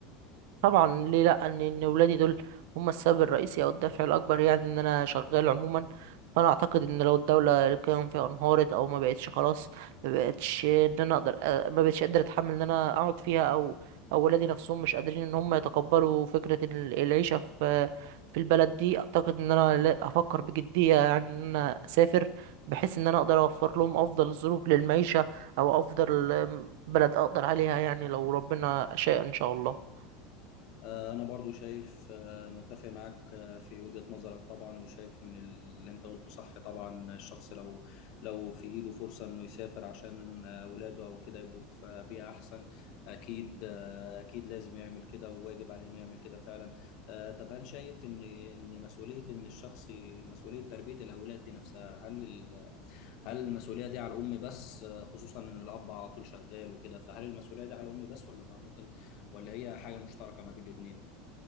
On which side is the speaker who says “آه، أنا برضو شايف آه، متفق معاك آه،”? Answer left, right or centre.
Left